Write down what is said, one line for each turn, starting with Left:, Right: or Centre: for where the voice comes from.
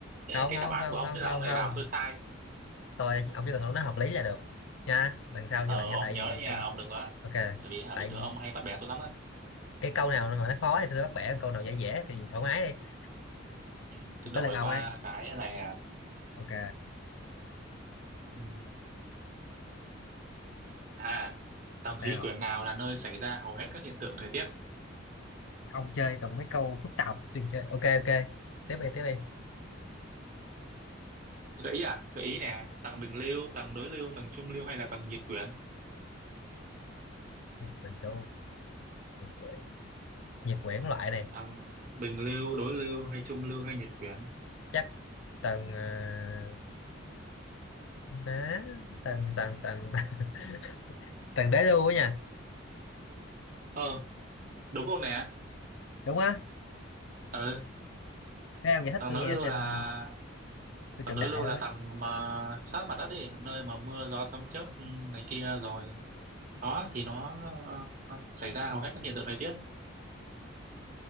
Left: không
Right: cái
Left: không
Right: đáp án
Left: không
Right: của ông
Left: không
Right: thế là
Left: không
Right: ông này
Left: không
Right: bảo tôi sai
Left: tôi ông chỉ cần ông nói hợp lý là được nha lần sau như
Right: ờ
Left: vậy nha
Right: ông
Left: tại
Right: nhớ
Left: vì
Right: đấy nha
Left: tại
Right: ông đừng có
Left: ok
Right: tại vì hả
Left: tại
Right: bình thường
Left: vì
Right: ông hay bắt bẻ tôi lắm á
Left: cái câu nào mà nó khó thì tôi bắt bẻ câu nào dễ dễ thì thoải mái đi
Right: ừ thế
Left: thì tới
Right: đổi
Left: lượt ông
Right: qua
Left: ấy
Right: cái này nè
Left: ok
Right: ừ À, tầng khí
Left: nào
Right: quyển nào là nơi xảy ra hầu hết các hiện tượng thời tiết?
Left: ông chơi toàn mấy câu phức tạp chừng chơi ok ok tiếp đi tiếp đi
Right: Gợi ý à? Gợi ý nè, tầng bình lưu, tầng đối lưu, tầng trung lưu hay là tầng nhiệt quyển?
Left: bình lưu bình quyển nhiệt quyển loại này
Right: Tầng bình lưu, đối lưu hay trung lưu hay nhiệt quyển?
Left: chắc tầng uh, đá tầng tầng tầng <laughs> tầng đế lưu á nha
Right: Ờ, đúng luôn nè.
Left: đúng á
Right: Ờ,
Left: thế ông giải thích
Right: tầng
Left: tôi
Right: đối
Left: nghe
Right: lưu
Left: xem
Right: là
Left: tôi
Right: tầng
Left: chuẩn
Right: đối
Left: đại
Right: lưu
Left: đâu
Right: là
Left: ấy
Right: tầng mà sát mặt đất đi, nơi mà mưa gió sấm chớp ừ, này kia rồi. Đó thì nó ờ, ờ, xảy ra hầu hết các hiện tượng thời tiết.